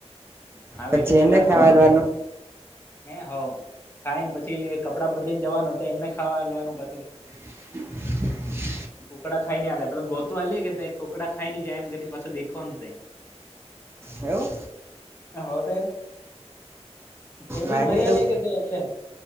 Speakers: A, on the left (about 20°); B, on the right (about 20°).
A: હ આવે
B: પછી
A: એટલે પેલા
B: એને
A: ખાવાનું
B: ખાવાલવાનું
A: પણ, હે હો ખાઈ ને પછી કપડાં બદલી ને જવાનું એમને ખાવા લવાનું પાછું,
B: <inaudible>
A: કુકડા ખાઈ ને આલેં પેલુ ગોતો આલીય કે કોકડા ખાઈ ઈ જાય એમ કરીને પાછો દેખવાનું તઈ <inaudible>
B: એવું
A: હ તો થેલીમા
B: મારે
A: ભરી
B: એટલું
A: આલી કે તો એટલે